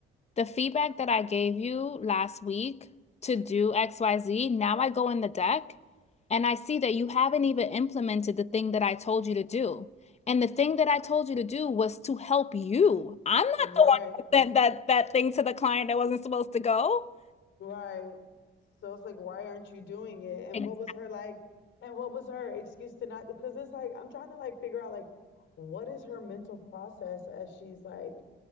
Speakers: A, on the left; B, on the left.
A: the feedback that I gave you last week to do XYZ, now I go in the deck and I see that you haven't even implemented the thing that I told you to do. And the thing that I told you to do was to help you. I'm not
B: Right.
A: the one that sent that that thing to the client that wasn't supposed to go.
B: Right. So it's like, why aren't you doing it? And
A: Like,
B: what was her like? And what was her excuse to not? Because it's like, I'm trying to like figure out like, what is her mental process as she's like